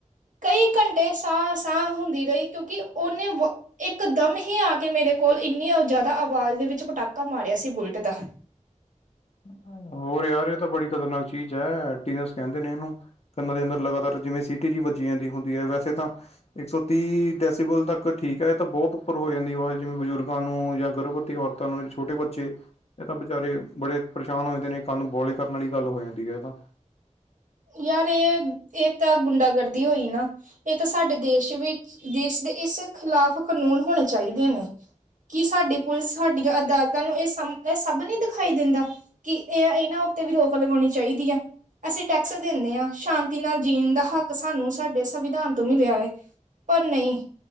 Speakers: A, on the right; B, on the left.
A: ਕਈ ਘੰਟੇ ਸਾਹ ਸਾਹ। ਹੁੰਦੀ ਰਈ ਕਿਉਂਕਿ ਓਨੇ ਵ ਇੱਕ ਦਮ ਹੀ ਆ ਕੇ ਮੇਰੇ ਕੋਲ ਇੰਨੀ ਓ ਜ਼ਿਆਦਾ ਆਵਾਜ਼ ਦੇ ਵਿੱਚ ਪਟਾਕਾ ਮਾਰਿਆ ਸੀ ਬੁਲਟ ਦਾ।
B: <unintelligible> ਹੋਰ ਯਾਰ ਇਹ ਤਾਂ ਬੜੀ ਖਤਰਨਾਕ ਚੀਜ਼ ਐ ਟੀਨਸ ਕਹਿੰਦੇ ਨੇ ਇਹਨੂੰ। ਕੰਨਾਂ ਦੇ ਅੰਦਰ ਲਗਾਤਾਰ ਜਿਵੇਂ ਸਿਟੀ ਜੀ ਵੱਜੀ ਜਾਂਦੀ ਹੁੰਦੀ ਐ ਵੈਸੇ ਤਾਂ। ਇੱਕ ਸੌ ਤੀਹ ਡੈਸੀਬਲ ਤੱਕ ਠੀਕ ਐ ਏ ਤਾਂ ਬਹੁਤ ਉੱਪਰ ਹੋ ਜਾਂਦੀ ਆਵਾਜ਼ ਜਿਵੇਂ ਬਜ਼ੁਰਗਾਂ ਨੂੰ ਜਾਂ ਗਰਭਰਤ ਤੀ ਔਰਤਾਂ ਨੂੰ ਛੋਟੇ ਬੱਚੇ ਏ ਤਾਂ ਵਿਚਾਰੇ ਬੜੇ ਪਰੇਸ਼ਾਨ ਹੋਏ ਦੇ ਨੇ। ਕੰਨ ਬੋਲੇ ਕਰਨ ਆਲੀ ਗੱਲ ਹੋ ਜਾਂਦੀ ਏ ਤਾਂ।
A: ਯਾਰ ਇਹ ਇਹ ਤਾਂ ਗੁੰਡਾਗਰਦੀ ਹੋਈ ਨਾ। ਇਹ ਤਾਂ ਸਾਡੇ ਦੇਸ਼ ਵਿੱਚ ਦੇਸ਼ ਦੇ ਇਸ ਖਿਲਾਫ਼ ਕਨੂੰਨ ਹੋਣੇ ਚਾਈਦੇ ਨੇ। ਕਿ ਸਾਡੀ ਪੁਲਿਸ, ਸਾਡੀਆਂ ਅਦਾਲਤਾਂ ਨੂੰ ਇਹ ਸਮ ਇਹ ਸਭ ਨੀ ਦਿਖਾਈ ਦੇਂਦਾ। ਕਿ ਇਹ ਇਹਨਾਂ ਉੱਤੇ ਵੀ ਰੋਕ ਲਗਾਉਣੀ ਚਾਈਦੀ ਆ। ਅਸੀਂ ਟੈਕਸ ਦਿੰਣੇ ਆਂ ਸ਼ਾਂਤੀ ਨਾਲ ਜੀਣ ਦਾ ਹੱਕ ਸਾਨੂੰ ਸਾਡੇ ਸੰਵਿਧਾਨ ਤੋਂ ਮਿਲਿਆ ਏ। ਪਰ ਨਈਂ,